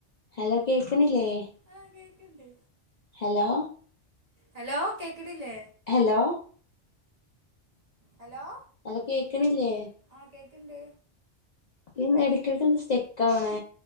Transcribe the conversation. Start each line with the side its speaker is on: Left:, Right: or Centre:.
Left: ഹലോ കേക്ക്ണില്ലേ?
Right: ആഹ് കേക്ക്ണ്ട്.
Left: ഹലോ?
Right: ഹലോ കേക്ക്ണില്ലേ?
Left: ഹലോ?
Right: ഹലോ?
Left: ഹലോ? കേക്ക്ണില്ലേ?
Right: ആഹ് കേക്ക്ണ്ട്
Left: ഇന്ന് എടുക്കിട്ട്ന്താ സ്റ്റെക്കാവണേ?